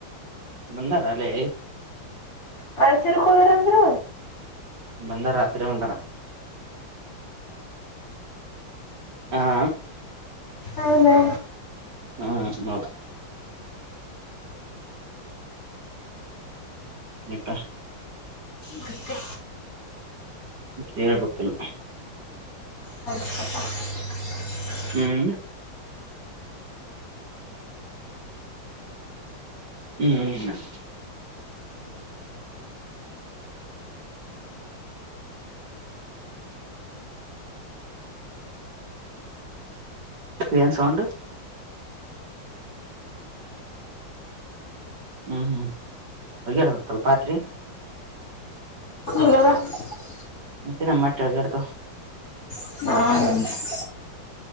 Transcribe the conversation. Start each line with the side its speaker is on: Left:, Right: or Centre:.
Right: ಬಂದಾರ ಅಲೇ
Left: ಕಾಯತಿರೋಕೆ ಹೋಗ್ಯಾರಂದ್ರೆ
Right: ನೆನ್ನೆ ರಾತ್ರಿ ಬಂದರ. ಹಾ
Left: ಹೌದೇನೋ
Right: ಹ್ಮ ಹೌದು ಇರ್ತಾ
Left: ಮತ್ತೆ
Right: ಹೇಳ್ಬೇಕಿಲ್
Left: ಹ <unintelligible>
Right: ಹ್ಮ್ ಹ್ಮ್ ಹ್ಮ್ ಏನ್ ಸೌಂಡೂ ಹ್ಮ್ ಹ್ಮ್ ಅಗ್ಯರ್ತ ಸ್ವಲ್ ಪಾತ್ರಿ
Left: ನ್ವ <unintelligible>
Right: ಮತ್ತೆ ನಮ್ಮಟ್ಟೆ ಎಳಗಾಡ್ತ
Left: ಹಾ